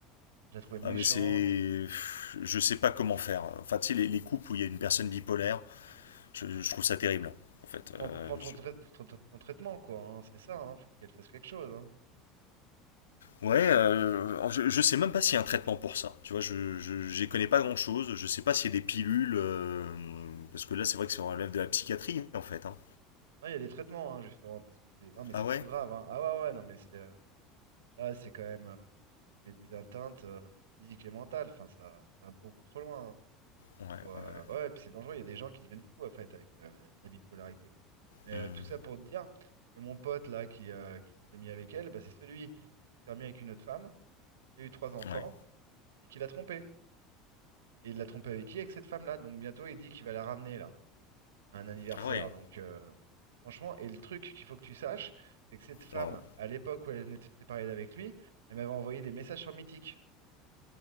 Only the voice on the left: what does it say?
Ah, mais c'est. Je sais pas comment faire. Enfin, tu sais, les, les couples où il y a une personne bipolaire, je, je trouve ça terrible. En fait,
Euh,
je-
ouais, euh, je, je sais même pas s'il y a un traitement pour ça. Tu vois, je, je, j'y connais pas grand chose. Je sais pas s'il y a des pilules. euh, parce que là, c'est vrai que ça relève de la psychiatrie, en fait. hein.
Ah ouais?
Ouais, ouais.
ouais.
Hmm.
Ouais.
Ah ouais.
Waouh.